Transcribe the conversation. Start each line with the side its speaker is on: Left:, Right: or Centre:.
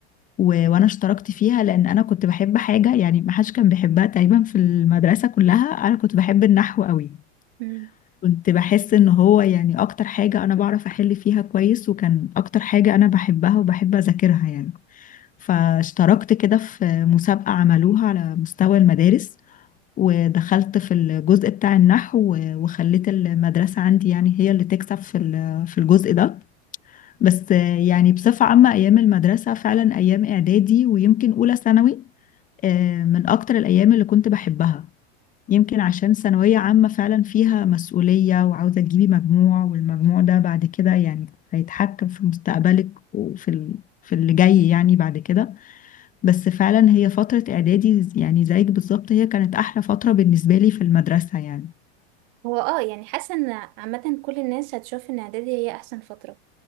Left: و... وانا اشتركت فيها لان انا كنت بحب حاجة يعني ما حدش كان بيحبها تقريبا في المدرسة كلها انا كنت بحب النحو قوي
Right: مم.
Left: كنت بحس ان هو يعني اكتر حاجة انا بعرف احل فيها كويس وكان اكتر حاجة انا بحبها وبحب اذاكرها يعني فاشتركت كده في مسابقة عملوها على مستوى المدارس ودخلت في الجزء بتاع النحو و- وخليت المدرسة عندي يعني هي اللي تكسب في ال- في الجزء ده بس آه، يعني بصفة عامة أيام المدرسة فعلا أيام إعدادي ويمكن أولى ثانوي آه، من أكتر الأيام اللي كنت بحبها يمكن عشان ثانوية عامة فعلا فيها مسؤولية وعاوزة تجيبي مجموع والمجموع ده بعد كده يعني هيتحكم في مستقبلك وفي ال... في اللي جاي يعني بعد كده بس فعلا هي فترة إعدادي يعني زيك بالظبط هي كانت أحلى فترة بالنسبة لي في المدرسة يعني
Right: هو اه يعني حاسة ان عامة كل الناس هتشوف ان اعدادي هي احسن فترة